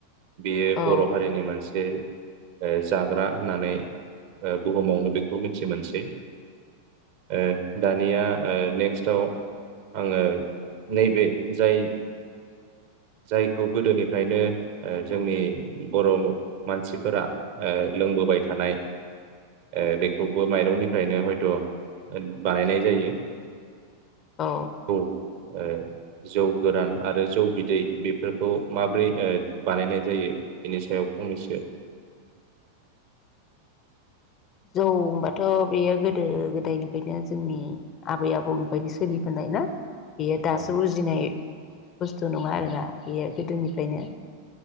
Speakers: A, on the right (about 50°); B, on the left (about 30°).
A: बेयो
B: औ
A: बर' हारिनि मोन ओ जाग्रा होननानै ओ बुहुमावनो बेखौ मिथि मोनसै ओ ओ ओ नेक्स्टआव आङो नैबे जाय जायखौ गोदोनिफ्रायनो ओ जोंनि बर' मानसिफोरा ओ लोंबोबाय थानाय ओ बेखौबो माइरंनिफ्रायनो हयथ' बानायनाय जायो।
B: अ।
A: औ ओ जौ गोरान आरो जौ बिदै बेफोरखौ माब्रै ओ बानायनाय जायो बेनि सायाव फंनैसो
B: जौ होमबाथ' बेयो गोदो गोदायनिफायनो जोंनि आबै आबौनिफायनो सोलिबोनाय ना। बियो दासो
A: औ
B: उजिनाय बुस्थु नङा आरोना। बेयो गोदोनिफायनो